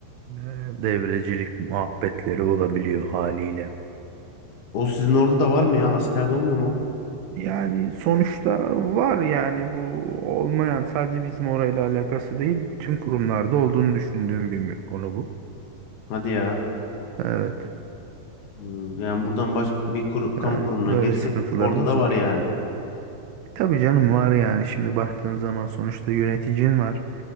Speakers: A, on the right; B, on the left.
A: eee, devrecilik muhabbetleri olabiliyor haliyle.
B: O sizin orada da var mı ya? Askerde olmuyor mu? o?
A: Yani sonuçta var yani bu olmayan sadece bizim orayla alakası değil bütün kurumlarda olduğunu düşündüğüm bir konu bu.
B: Hadi ya.
A: Evet
B: Hmm, Yani buradan baş bir kuru- kamu
A: yani
B: kurumuna
A: böyle
B: girsek
A: sıkıntılarımız
B: orada da
A: var.
B: var yani.
A: Tabii canım var yani şimdi baktığın zaman sonuçta yöneticin var.